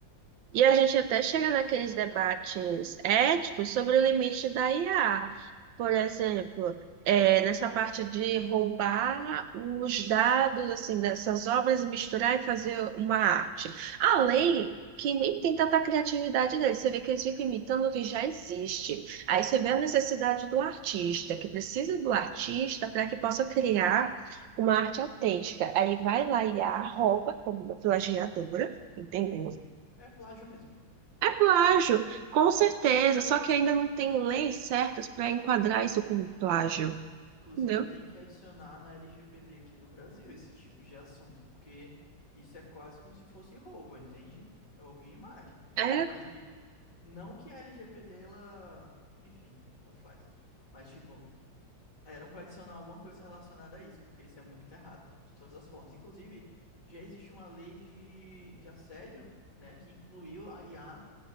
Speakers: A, on the right; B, on the left.
A: E a gente até chega naqueles debates éticos sobre o limite da IA. Por exemplo, é, nessa parte de roubar os dados assim dessas obras e misturar e fazer uma arte. a
B: Uhum,
A: lei que nem tem tanta criatividade deles. Você vê que eles ficam imitando o que já existe. Aí você
B: sim.
A: vê a necessidade do artista, que precisa do artista para que possa criar uma arte autêntica. Aí vai lá e a rouba como uma plagiadora, entendeu?
B: Uhum. É plágio mesmo.
A: É plágio,
B: É isso que... é.
A: com certeza, só que ainda não tem leis certas para enquadrar isso como plágio,
B: Inclusive
A: entendeu?
B: tem que adicionar na LGPD aqui do Brasil esse tipo de assunto, porque isso é quase como se fosse roubo, entende? É roubo de imagem.
A: É,
B: Mas, tipo, Não que a LGPD, ela. Enfim, tanto faz. Mas, tipo, eram para adicionar alguma coisa relacionada a isso, porque isso é muito errado, de todas as formas. Inclusive, já existe uma lei de, de assédio, né, que incluiu a IA